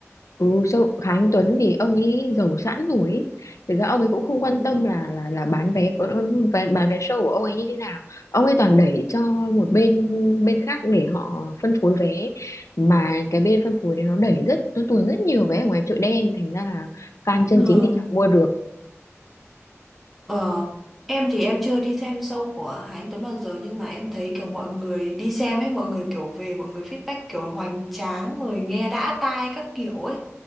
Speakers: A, on the left; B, in the centre.
A: Ừ, sao Khá Anh Tuấn thì ông ấy giàu sẵn rồi ý. Thực ra ông ấy cũng không
B: Ừ.
A: quan tâm là là là bán vé của bán, bán vé show của ông ấy như thế nào. Ông ấy toàn đẩy cho một bên bên khác để họ phân phối vé mà cái bên phân phối đấy nó đẩy rất nó tuồn rất nhiều vé ở ngoài chợ đen thành ra là fan chân
B: ừ.
A: chính thì chẳng mua được.
B: Ờ, em thì em chưa đi xem show của Hà Anh Tuấn bao giờ nhưng mà em thấy kiểu mọi người đi xem ấy, mọi người kiểu về, mọi người feedback kiểu hoành tráng, người nghe đã tai các kiểu ấy.